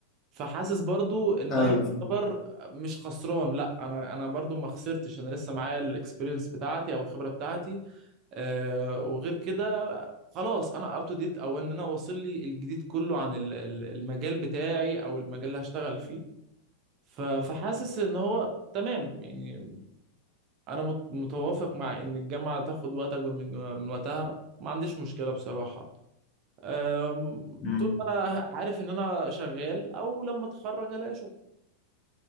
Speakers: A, on the right; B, on the left.
A: فحاسس برضو ان
B: ايوه
A: انا
B: فاهم
A: اعتبر مش خسران لا انا انا برضو ما خسرتش انا لسه معايا الاكسبيرينس بتاعتي او الخبرة بتاعتي آه، وغير كده خلاص انا اب تو ديت او ان انا واصل لي الجديد كله عن ال- ال- المجال بتاعي او المجال اللي هشتغل فيه ف- فحاسس ان هو تمام يعني انا مت- متوافق مع ان الجامعه تاخد وقت اكبر من من وقتها ما عنديش مشكله بصراحه أم،
B: مم.
A: طول ما انا عارف ان انا شغال او لما اتخرج هلاقي شغل